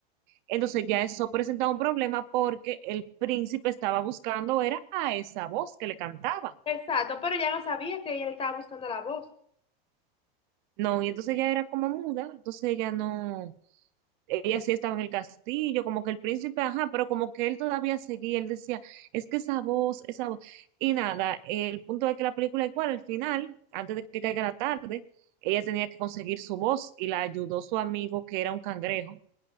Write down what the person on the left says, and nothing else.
Exacto, pero ella no sabía que ella le estaba buscando la voz.